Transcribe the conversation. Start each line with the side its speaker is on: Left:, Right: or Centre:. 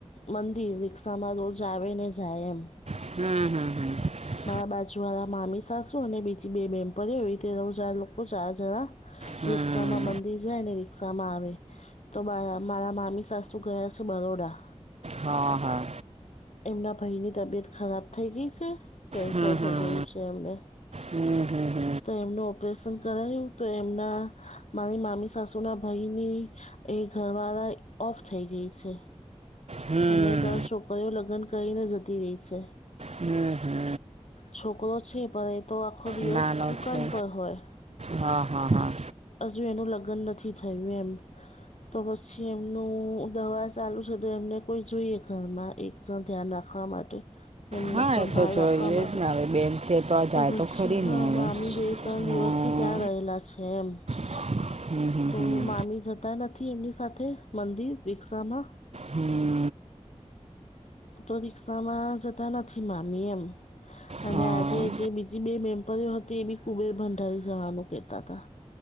Left: મંદિર રિક્ષામાં રોજ આવે ને જાય એમ
Right: હમ હમ હમ
Left: મારા બાજુ વાળા મામી સાસુ અને બીજી બે બહેનપણીઓ એવી રીતે ત્રણ, ચાર લોકો ચાર જણા
Right: હમ
Left: રિક્ષામાં મંદિર જાય ને રિક્ષા માં આવે તો મારા મામી સાસુ ગયા છે બરોડા
Right: હા, હા
Left: એમના ભઈની તબિયત ખરાબ થઈ ગઈ શ કેન્સર
Right: હમ
Left: થઈ
Right: હમ
Left: ગયું છે એમને
Right: હમ હમ
Left: તો એમનો ઓપરેશન કરાયું તો એમના મારી મામી સાસુ ના ભાઈની એ ઘરવાળા ઓફ થઈ ગઈ છે
Right: હમ
Left: અને તર છોકરીઓ લગ્ન કરીને જતી રહી છે
Right: હમ હમ
Left: છોકરો છે પણ એ તો આખો દિવસ
Right: નાનો છે
Left: દુકાન પર હોય
Right: હા હા હા
Left: હજુ એનું લગ્ન નથી થયું એમ તો પછી એમ નું દવા ચાલુ છે તો એમને કોઈ જોઈએ ઘરમાં એકણ ધ્યાન રાખવા માટે એમનો
Right: હા
Left: સંભાળ
Right: એ તો જોઈએ
Left: રાખવા માટે
Right: જ ને હવે બેન છે આ
Left: તો
Right: જાય
Left: પછી
Right: ખરી
Left: હ
Right: ને હવે
Left: મામી બે ત્રણ દિવસ
Right: હા
Left: થી ત્યાં રહેલા છે એમ
Right: <inaudible>
Left: તો
Right: હમ
Left: મામી જતા નથી એમની સાથે મંદિર દીક્ષામાં
Right: હમ
Left: તો રિક્ષામાં જતા નથી મામી એમ અને
Right: હા
Left: આજે જે બજ બે મેમ્પરીઓ હતી એ બી કુબેર ભંડારી જવાનું કેહેતા હતા